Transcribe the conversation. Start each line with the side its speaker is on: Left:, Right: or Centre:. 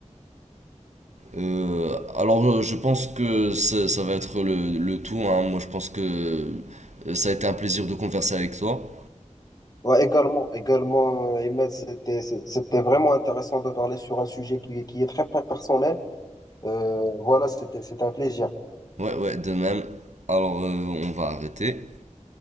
Right: Euh, alors euh, je pense que ça ça va être le, le tout, hein. Moi je pense que euh, ça a été un plaisir de converser avec toi.
Left: Ouais, également, également, Ahmed c'était, c'est- c'était vraiment intéressant de parler sur un sujet qui, qui est très, très personnel. Euh, voilà, c'était, c'était un plaisir.
Right: Ouais, ouais, de même. Alors euh, on va arrêter.